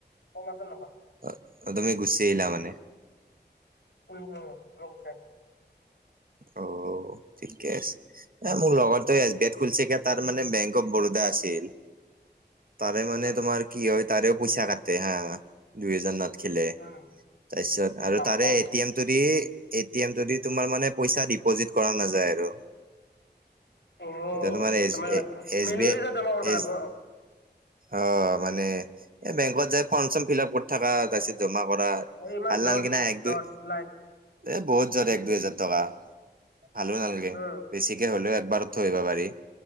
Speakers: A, on the left (about 80°); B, on the right (about 55°).
A: কমাৰ্চৰ নহয়।
B: অ', তুমিগুচি আহিলা মানে?
A: উম, উম, মই গুচি আহিলোঁ।
B: অ', ঠিকে আছে, এ মোৰ লগৰটোৱে এছ বি আইত খুলিছে কে তাৰ মানে বেংক অফ বৰো দা আছিল তাৰে মানে
A: উম
B: তোমৰ কি হয় তাৰেও পইচা কাটে হা দুই হজাৰ না থকিলে,
A: উম
B: তাৰপিছত আৰু
A: বাপ্পা
B: তাৰে এটি এম টো দি এটি এম টো দি তোমাৰ মানে দিপজীত কৰা নাযায় আৰু।
A: অ
B: এ ত' মানে এছ,
A: তোমাৰ
B: এছ
A: মেনুৱেলি
B: বি আই,
A: যে জমা কৰিব
B: এছ
A: লাগিব
B: অ', মানে এ বেংকত যাই ফৰ্ম চৰ্ম ফিল আপ কৰি থকা আৰু তাৰপিছত জমা কৰা
A: উম ইমান
B: ভাল
A: জট
B: নালগে না এক
A: জট
B: দুই
A: লাইট
B: এ বহুত যাত
A: উম
B: এক দুই হেজাৰ টকা ভালো নালাগে,
A: উম
B: বেছিকে হ'লেও একবাৰত থৈ আহিব পাৰি।